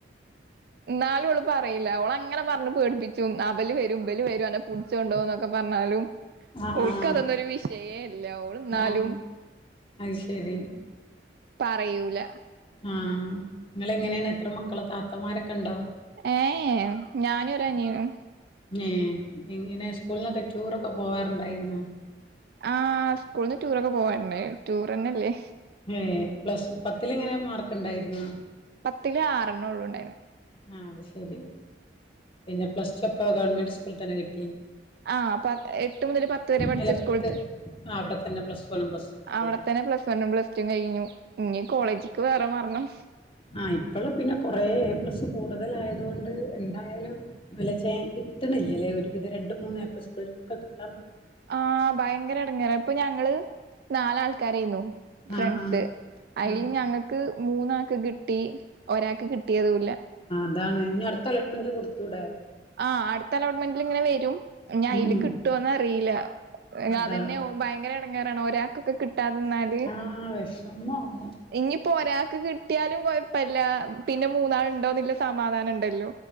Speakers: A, on the right; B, on the left.
A: എന്നാലും ഓള് പറയില്ല ഓൾ അങ്ങനെ പറഞ്ഞു പേടിപ്പിച്ചു അഭൽ വരും ഇഭല് വരും അന്നെ പുടിച്ച് കൊണ്ടോവും എന്നോക്ക. ഒക്കെ പറഞ്ഞാലും
B: ആഹ്
A: അവൾക്ക് അതൊന്നരു വിഷയേ അല്ല ഓൾ എന്നാലും
B: ആഹ് അത് ശരി.
A: പറയൂല.
B: ആഹ നിങ്ങ എങ്ങനെയാണ് എത്ര മക്കള താത്തമാരൊക്കെ ഉണ്ടോ.
A: ഏഹ് ഞാനും ഒരനിയനും.
B: ഏ എങ്ങനെ സ്കൂളിനൊക്കെ ടൂറൊക്കെ പോവാറുണ്ടായിരുന്നോ.
A: ആഹ് സ്കൂള്ന്ന് ടൂറൊക്കെ പോവാറുണ്ടാർന്നു ടൂർന്നെല്ലേ.
B: ഏഹ് പ്ലസ് പത്തിൽ എങ്ങനെ മാർക്ക് ഉണ്ടായിരുന്നോ.
A: പത്തില് ആറെണ്ണം ഉള്ളു ഉണ്ടായിന്.
B: ആഹ് അത് ശെരി പിന്നെ പ്ലസ് ടു അപ്പൊ ഗവൺമെന്റ് സ്കൂളിൽ തന്നെ കി..
A: ആഹ് പ എട്ട് മുതൽ പത്ത് വരെ പഠിച്ച
B: അല്ല
A: സ്കൂളിത്തന്നെ
B: പത്ത് ആഹ് അവിടെ തന്നെ പ്ലസ് വണ്ണും പ്ലസ് ടും കിട്ടില്ലേ
A: അവിടെ തന്നെ പ്ലസ് വണ്ണും പ്ലസ്ടൂം കഴിഞ്ഞു ഇനി കോളേജിക്ക് വേറെ മാറ് ണം
B: ആ ഇപ്പോള് പിന്നെ കൊറെ എ പ്ലസ് കൂടുതലായതുകൊണ്ട് എന്തായാലും വലചേൻസ്. കിട്ടിണില്ലല്ലേ ഒരു വിധ രണ്ട് മൂന്ന് എ പ്ലസ് ള്ളോർക്കൊക്കെ കിട്ടും.
A: ആഹ് ഭയങ്കര ഇടങ്ങേറ ഇപ്പൊ ഞങ്ങള് നാലാൾക്കാരായിര്ന്നു. ഫ്രണ്ട്സ്
B: ആഹ് ആഹ്
A: അതിൽ
B: ആഹ്
A: ഞങ്ങൾക്ക് മൂന്നാക്ക്കിട്ടി. ഒരാക്ക് കിട്ടിയതും ഇല്ല
B: എന്താണ് ഇനി അടുത്ത അലോട്ട്മെന്റ് കൊടുത്തൂടെ.
A: ആ അടുത്തലോട്ട്മെന്റ്ൽ ഇങ്ങനെ വരും. ഞി അതില്
B: ഉം ഉം
A: കിട്ടുവോന്നന്നെ അറിയില്ല
B: അതെ
A: അതന്നെ
B: അതെ
A: ഭയങ്കര ഇടങ്ങാറാണ് ഒരാൾകൊക്കെ കിട്ട കട്ടാെന്നാല്
B: ആഹ് വെഷമാണ്
A: ഇനി പോരാ ക്ക് കിട്ടിയാലും കൊഴപ്പില്ല പിന്നെ മൂന്നാൾ ഉണ്ടോന്നില്ല സമാധാനം ഉണ്ടല്ലോ.